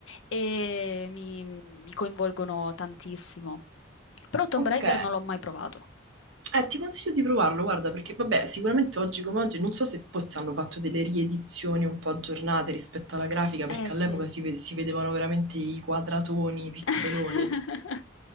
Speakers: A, on the left; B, on the right.
A: E mi, mi coinvolgono tantissimo. Però Tomb
B: ok.
A: Raider non l'ho mai provato.
B: Eh, ti consiglio di provarlo, guarda, perché vabbè, sicuramente oggi come oggi, non so se forse hanno fatto delle riedizioni un po' aggiornate rispetto alla grafica,
A: Eh
B: perché
A: sì.
B: all'epoca si, ve- si vedevano veramente i quadratoni, i pixeloni.
A: <laughs>